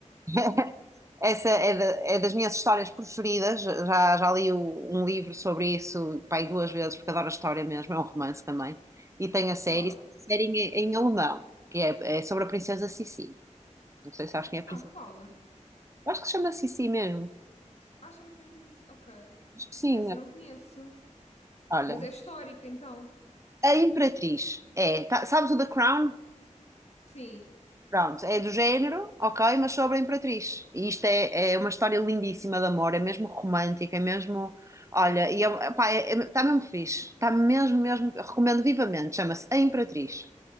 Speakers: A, on the right (about 25°); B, on the left (about 55°).
A: <laughs> Essa é, da- é das minhas histórias preferidas. Já, já li o- um livro sobre isso, pai, duas vezes, porque adoro a história mesmo. É um romance também. E tem a série,
B: Qual?
A: série em, em alemão, que é, é sobre a princesa Sissi. Não sei se sabes quem é
B: Ah,
A: a princesa.
B: qual?
A: Eu acho que se chama Sissi mesmo.
B: Ah, chama-se mesmo assim. Ok.
A: Acho que sim.
B: Essa eu não conheço.
A: Olha,
B: Mas é histórica, então.
A: a Imperatriz. É, tá- sabes o The Crown?
B: Sim.
A: Pronto, é do género, ok, mas sobre a Imperatriz. E isto é, é uma história lindíssima de amor, é mesmo romântica, é mesmo. Olha, e é, pá, é, é- tá mesmo fixe, está mesmo, mesmo. Recomendo vivamente, chama-se A Imperatriz.